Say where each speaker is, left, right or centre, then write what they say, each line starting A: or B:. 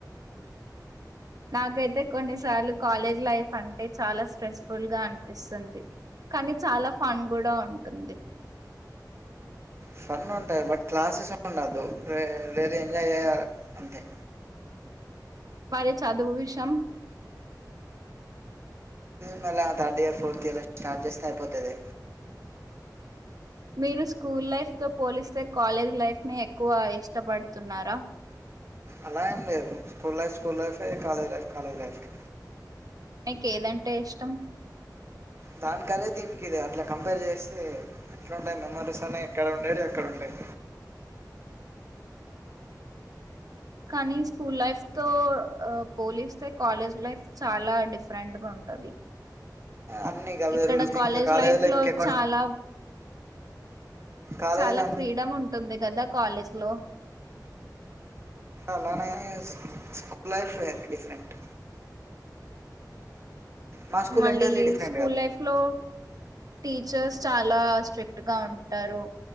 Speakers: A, on the right; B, on the right.
A: నాకైతే కొన్నిసార్లు కాలేజ్ లైఫ్ అంటే చాలా స్ట్రెస్ఫుల్గా అనిపిస్తుంది. కానీ చాలా ఫన్ కూడా ఉంటుంది
B: ఫన్ ఉంటాయి బట్ క్లాసెస్ ఉండద్దు వేరే ఎంజాయ్ చేయాలి అంతే
A: మరి చదువు విషం
B: మళ్ళ third year fourth year start చేస్తే అయిపోతది.
A: మీరు స్కూల్ లైఫ్ తో పోలిస్తే కాలేజ్ లైఫ్ని ఎక్కువ ఇష్టపడుతున్నారా
B: అలా ఏం లేదు స్కూల్ లైఫ్ స్కూల్ లైఫే కాలేజ్ లైఫ్ కాలేజ్ లైఫే
A: మీకేదంటే ఇష్టం
B: దానికి అదే దీనికి ఇదే అట్లా కంపేర్ చేస్తే ఎట్లాంటయి మెమోరీస్ అనే ఎక్కడ ఉండేటి అక్కడ ఉంటాయి
A: కానీ స్కూల్ లైఫ్ తో పోలిస్తే కాలేజ్ లైఫ్ చాలా డిఫరెంట్గా ఉంటది.
B: అన్ని గవే
A: ఇక్కడ
B: రూల్స్
A: కాలేజ్
B: ఇంకా కాలేజీలో
A: లైఫ్లో
B: ఇంకెకొన్ని
A: చాలా
B: కాలేజీలో
A: చాలా
B: అ
A: ఫ్రీడమ్ ఉంటుంది కదా కాలేజ్లో
B: అలానే స్కూల్ లైఫ్ వేరు డిఫరెంట్ మా స్కూల్
A: మళ్ళీ
B: ఎంటైర్లీ డిఫరెంట్
A: స్కూల్
B: కదా
A: లైఫ్లో టీచర్స్ చాలా స్ట్రిక్ట్ గా ఉంటారు